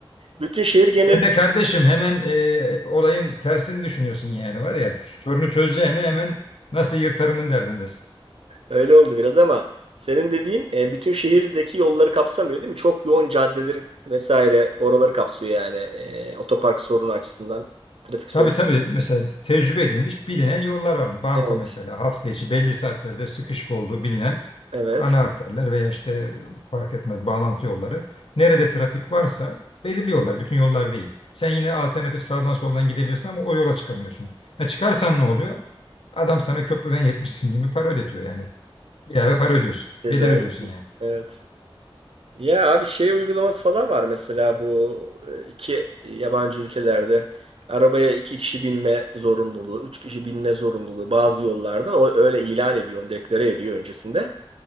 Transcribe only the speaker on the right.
Bütün şehir geneli
Öyle oldu biraz ama senin dediğin e, bütün şehirdeki yolları kapsamıyor değil mi? Çok yoğun caddeleri vesaire oraları kapsıyor yani. E, otopark sorunu açısından, trafik sorunu.
Evet,
evet.
Cezayir.
Evet. Ya abi şey uygulaması falan var mesela bu e, iki yabancı ülkelerde arabaya iki kişi binme zorunluluğu, üç kişi binme zorunluluğu bazı yollarda o öyle ilan ediyor, deklare ediyor öncesinde.